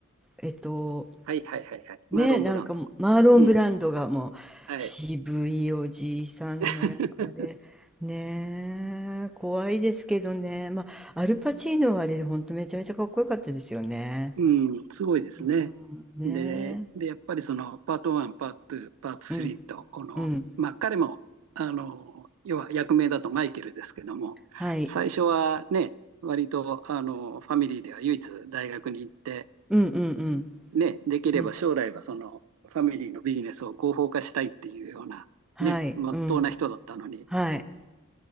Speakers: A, in the centre; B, on the right.
A: えっと、
B: はいはいはいはい。
A: ね、
B: マーロン・
A: なんかもマーロン・
B: ブランド。うん、
A: ブランドがもう渋いおじいさんの役で、
B: はい。<laughs>
A: ねえ、怖いですけどね、まあ、アルパチーノはあれ、ほんとめちゃめちゃかっこよかったですよね。
B: うん、すごいですね。
A: うん、ね
B: で、で、やっぱりそのパート1、パート2、パート3と、
A: え、うん、
B: この、
A: うん、
B: まあ彼も、あの、要は役名だとマイケルですけども、
A: はい、
B: 最初はね、割と、あの、ファミリーでは唯一大学に行って、
A: うん、うん、うん、
B: ね、できれば将来はそのファミリーのビジネスを合法化したいっていうような、
A: うん、はい、
B: ね、まっとうな人だったのに、
A: うん、はい、